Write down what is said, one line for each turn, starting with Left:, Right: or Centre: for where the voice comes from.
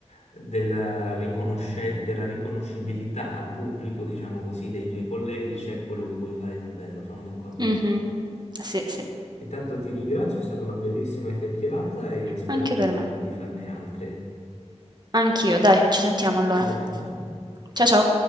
Left: della riconosce- della riconoscibilità al pubblico, diciamo così, dei tuoi colleghi, c'è quello che vuoi fare davvero. Sono d'accordo
Right: Mh-mh.
Left: con te.
Right: Sì, sì.
Left: Intanto ti ringrazio, è stata una bellissima chiacchierata e spero
Right: Anche
Left: di,
Right: per me.
Left: di farne altre.
Right: Anch'io, dai, ci sentiamo allora.
Left: Ci sentiamo.
Right: Cia ciao.